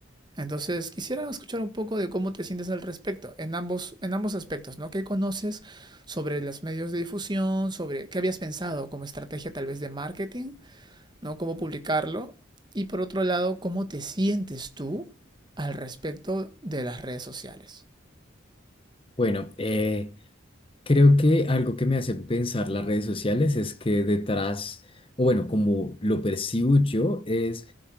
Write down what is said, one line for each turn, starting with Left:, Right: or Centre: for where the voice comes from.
Right: Entonces, quisiera escuchar un poco de cómo te sientes al respecto, en ambos, en ambos aspectos, ¿no? ¿Qué conoces sobre los medios de difusión? Sobre qué habías pensado como estrategia tal vez de marketing, ¿no? Cómo publicarlo. Y por otro lado, ¿cómo te sientes tú al respecto de las redes sociales?
Left: Bueno, eh, creo que algo que me hace pensar las redes sociales es que detrás, o bueno, como lo percibo yo, es